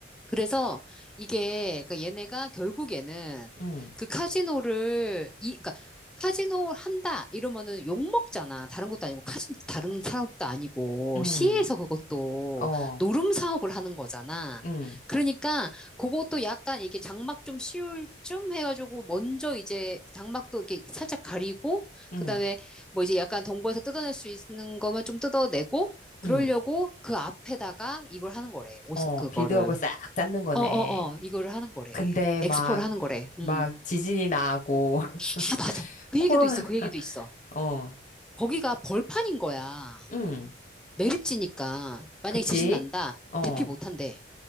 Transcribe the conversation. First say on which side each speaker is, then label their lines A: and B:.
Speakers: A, in the centre; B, on the left.
A: 그래서 이게 그러니까 얘네가 결국에는
B: 음,
A: 그 카지노를 이 그러니까 카지노를 한다 이러면은 욕 먹잖아. 다른 것도 아니고 카지 다른 사업도 아니고
B: 음,
A: 시에서 그것도
B: 어,
A: 노름 사업을 하는 거잖아.
B: 음,
A: 그러니까 그것도 약간 이게 장막 좀 씌울 쯤 해가지고 먼저 이제 장막도 이렇게 살짝 가리고
B: 음,
A: 그다음에 뭐 이제 약간 동부에서 뜯어낼 수 있는 거면 좀 뜯어내고 그러려고
B: 음.
A: 그 앞에다가 이걸 하는 거래. 옷
B: 어,
A: 그거를
B: 빌드업을 싹 짰는 거네.
A: 어 어 어, 이거를 하는 거래.
B: 근데
A: 엑스포를
B: 막,
A: 하는 거래.
B: 막
A: 음.
B: 지진이 나고, <laughs>
A: 아, 맞아. 그
B: 코로나,
A: 얘기도 있어, 그 얘기도 있어.
B: 어,
A: 거기가 벌판인 거야.
B: 음.
A: 매립지니까. 만약에
B: 그치?
A: 지진 난다.
B: 어,
A: 대피 못 한대.